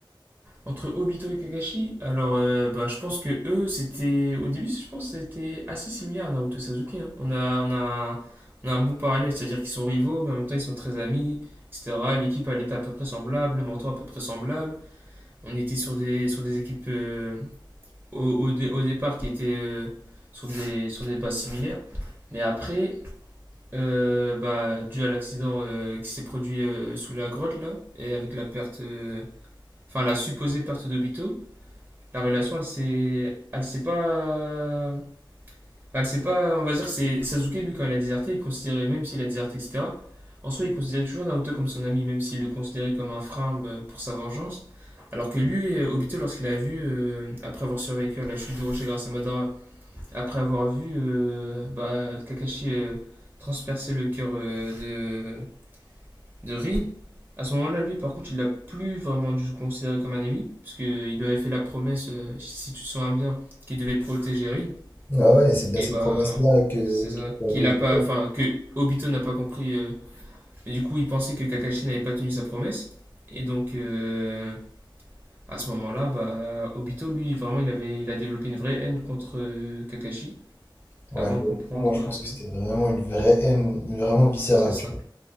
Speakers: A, on the right; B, on the left.
A: Entre Obito et Kakashi, alors euh, bah, je pense que eux, c'était. Au début, je pense que c'était assez similaire à Naruto et Sasuke. hein. On a, on a, on a un bon parallèle, c'est-à-dire qu'ils sont rivaux, mais en même temps ils sont très amis, etc. L'équipe, elle était à peu près semblable, le mentor à peu près semblable. On était sur des, sur des équipes. euh, au, au, dé- au départ qui étaient euh, sur, des, sur des bases similaires. Mais après, euh, bah, dû à l'accident euh, qui s'est produit euh, sous la grotte, là, et avec la perte, euh, enfin la supposée perte d'Obito, la relation, elle s'est, elle s'est pas, enfin, elle s'est pas, on va dire que c'est Sasuke lui quand il a déserté, il considérait même s'il a déserté, etc. En soi, il considérait toujours Naruto comme son ami, même s'il le considérait comme un frein bah, pour sa vengeance. Alors que lui, euh, Obito, lorsqu'il a vu, euh, après avoir survécu à la chute du rocher grâce à Madara, après avoir vu euh, bah, Kakashi euh, transpercer le cœur euh, de, de Rin, à ce moment-là, lui, par contre, il l'a plus vraiment dû se considérer comme un ami, parce qu'il lui avait fait la promesse, euh, si tu te souviens bien, qu'il devait protéger Rin,
B: Ah ouais, c'est bien
A: et
B: cette
A: bah,
B: promesse-là que,
A: c'est ça,
B: qui va
A: qu'il
B: briser
A: a pas,
B: tout.
A: enfin, que Obito n'a pas compris, euh, et du coup, il pensait que Kakashi n'avait pas tenu sa promesse, et donc, euh, à ce moment-là, bah, Obito, lui, vraiment, il avait, il a développé une vraie haine contre euh, Kakashi,
B: Ouais,
A: avant
B: pour
A: de comprendre,
B: le coup, moi je
A: euh,
B: pense que c'était vraiment une vraie haine, mais vraiment viscérale,
A: c'est ça.
B: tu vois.